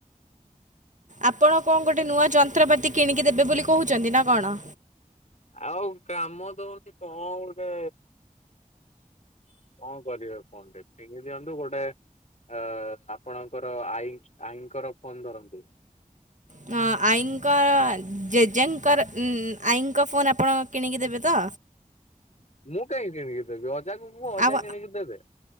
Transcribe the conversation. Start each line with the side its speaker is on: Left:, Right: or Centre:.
Right: ଆପଣ କଣ ଗୋଟେ ନୂଆ ଯନ୍ତ୍ରପାତି କିଣିକି ଦେବେ ବୋଲି କହୁଛନ୍ତି ନା କଣ?
Left: ଆଉ କାମ ଦଉନି କଣ ଗୋଟେ କଣ କରିବେ ଫୋନ ଟା ପିଙ୍ଗି ଦିଅନ୍ତୁ ଗୋଟେ ଅ ଆପଣଙ୍କର ଆଈ ଆଈଙ୍କର ଫୋନ୍ ଧରନ୍ତୁ।
Right: ହଁ ଆଈଙ୍କ ଜେଜେଙ୍କର ଆଈଙ୍କ ଫୋନ୍ ଆପଣ କିଣିକି ଦେବେ ତ?
Left: ମୁଁ କାହିଁକି କିଣିକି ଦେବି ଅଜା ଙ୍କୁ କୁହ ଅଜା
Right: ଆଉ
Left: କିଣିକି ଦେବେ।